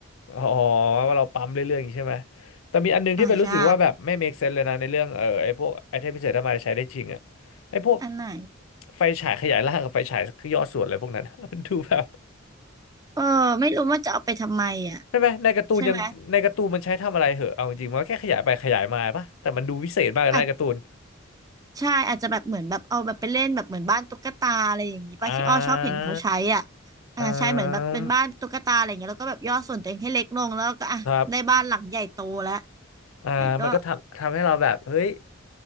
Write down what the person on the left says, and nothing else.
อ๋อว่าเราปั๊มเรื่อยๆอย่างนี้ใช่ไหมแต่มีอันนึงที่เป็นรู้สึกว่าแบบไม่
make sense เลยนะในเรื่องเออไอ้พวกไอเทมพิเศษถ้ามาใช้ได้จริงอะไอ้พวก
ไฟฉายขยายร่างกับไฟฉายคือย่อส่วนอะไรพวกนั้น <laughs> มันดูแบบ
ใช่ไหมในการ์ตูนยังในการ์ตูนมันใช้ทำอะไรเหอะเอาจริงๆมันก็แค่ขยายไปขยายมาปะแต่มันดูวิเศษมากเลยนะในการ์ตูน
อ่า
อ่าครับ อ่ามันก็ทำทำให้เราแบบเฮ้ย